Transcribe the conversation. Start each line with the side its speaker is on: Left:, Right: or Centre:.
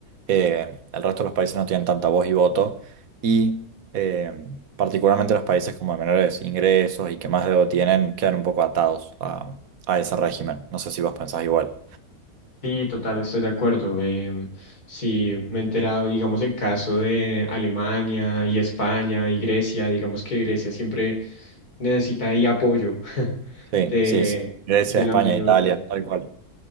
Right: Eh, el resto de los países no tienen tanta voz y voto y eh, particularmente los países como de menores ingresos y que más deuda tienen quedan un poco atados a, a ese régimen. No sé si vos pensás igual.
Left: Sí, total, estoy de acuerdo. em, sí, me he enterado, digamos, el caso de Alemania y España y Grecia, digamos que Grecia siempre necesita ahí apoyo <laughs>
Right: Sí,
Left: de,
Right: sí, sí. Grecia,
Left: de
Right: España,
Left: la Unión Europea.
Right: Italia, tal cual.